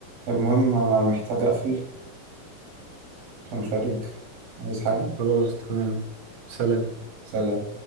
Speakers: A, on the right (about 80°); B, on the right (about 45°).
A: المهم أنا محتاج أقفل كان خارج عايز حاجة
B: خلاص تمام سلام
A: سلام